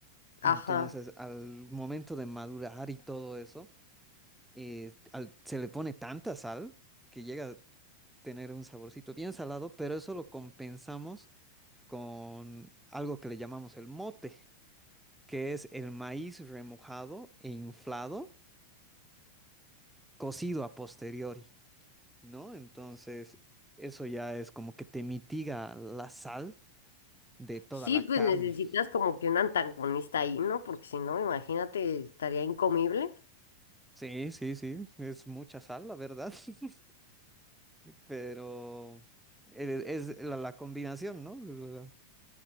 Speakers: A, in the centre; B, on the left.
A: Entonces,
B: Ajá.
A: al momento de madurar y todo eso, eh, al- se le pone tanta sal que llega a tener un saborcito bien salado, pero eso lo compensamos con algo que le llamamos el mote, que es el maíz remojado e inflado, cocido a posteriori, ¿no? Entonces, eso ya es como que te mitiga la sal de toda
B: Sí,
A: la
B: pues
A: carne.
B: necesitas como que un antagonista ahí, ¿no? Porque si no, imagínate, estaría incomible.
A: Sí, sí, sí, es mucha sal, la verdad. <laughs> pero el- es la, la combinación, ¿no? La-